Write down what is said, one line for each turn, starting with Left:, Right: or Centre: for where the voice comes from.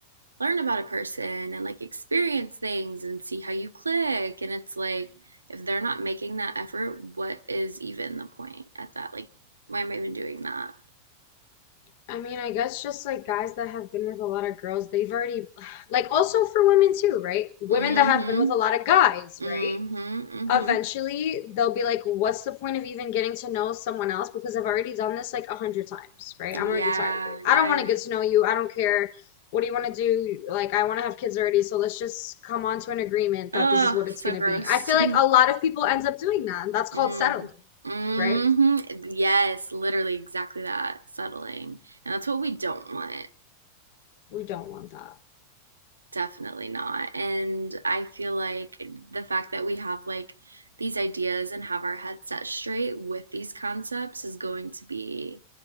Right: learn about a person and like experience things and see how you click and it's like if they're not making that effort, what is even the point at that? Like why am I even doing that?
Left: I mean, I guess just like guys that have been with a lot of girls, they've already, <sighs> like, also for women too, right? Women
Right: Mhm.
Left: that have been with a lot of guys,
Right: Mhm.
Left: right? Eventually,
Right: Mhm.
Left: they'll be like, what's the point of even getting to know someone else? Because I've already done this like a hundred times, right?
Right: Yeah.
Left: I'm already tired of it. I
Right: Yeah,
Left: don't
Right: yeah.
Left: want to
Right: yeah.
Left: get to know you. I don't care. What do you want to do? Like, I want to have kids already, so let's just come on to an agreement
Right: Oh,
Left: that this is what it's
Right: so
Left: going to
Right: gross
Left: be. I feel
Right: to
Left: like
Right: me.
Left: a lot of people end up doing that, and that's called
Right: Mm-hmm.
Left: settling,
Right: Mm-hmm.
Left: right?
Right: Yes, literally exactly that. Settling. And that's what we don't want.
Left: We don't want that.
Right: Definitely not. And I feel like the fact that we have like these ideas and have our head set straight with these concepts is going to be